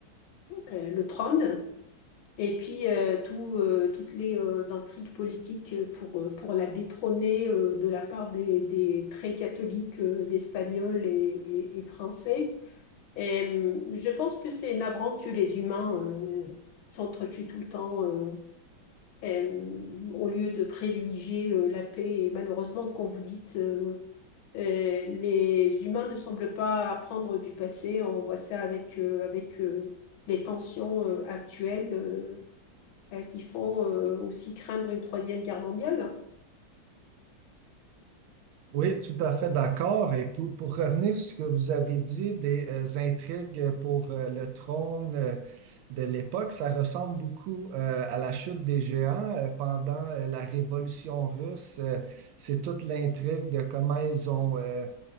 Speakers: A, on the left; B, on the right.
A: euh, le trône. Et puis, euh, tout, euh, toutes les euh, intrigues politiques euh, pour, euh, pour la détrôner euh, de la part des, des très catholiques euh, espagnols et, et- et français. Et, euh, je pense que c'est navrant que les humains euh, s'entretuent tout le temps euh, et, euh, au lieu de privilégier euh, la paix. Et malheureusement, comme vous dites, euh, euh, les humains ne semblent pas apprendre du passé. On voit ça avec, euh, avec euh, les tensions euh, actuelles. euh, euh, qui font euh, aussi craindre une troisième guerre mondiale.
B: Oui, tout à fait d'accord. Et puis, pour revenir sur ce que vous avez dit des euh, intrigues pour euh, le trône euh, de l'époque, ça ressemble beaucoup euh, à la chute des géants euh, pendant euh, la Révolution russe. euh, c'est toute l'intrigue de comment ils ont euh,